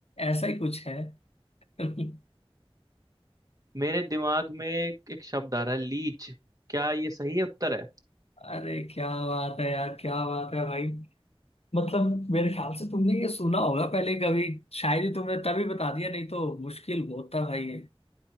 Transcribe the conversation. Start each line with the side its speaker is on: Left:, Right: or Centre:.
Left: ऐसा ही कुछ है <laughs>
Right: मेरे दिमाग में एक, एक शब्द आ रहा है लीच क्या ये सही उत्तर है
Left: अरे क्या बात है यार क्या बात है भाई मतलब मेरे ख्याल से तुमने ये सुना होगा पहले कभी शायद ही तुमने तभी बता दिया नहीं तो मुश्किल बहुत था भाई ये